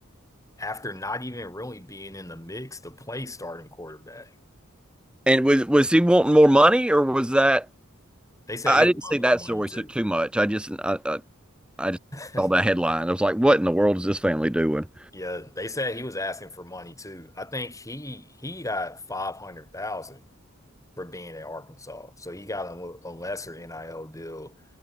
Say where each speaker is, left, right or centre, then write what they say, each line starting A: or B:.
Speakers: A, on the left (about 15°); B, in the centre.
A: after not even really being in the mix to play starting quarterback.
B: And was was he wanting more money or was that
A: They said
B: I
A: he was
B: didn't
A: wanting
B: see that
A: more money
B: story
A: too.
B: so too much. I just I, I I just
A: <laughs>
B: saw that headline. I was like, what in the world is this family doing?
A: Yeah, they said he was asking for money too. I think he he got 500,000 for being at Arkansas. So he got a a lesser NIL deal,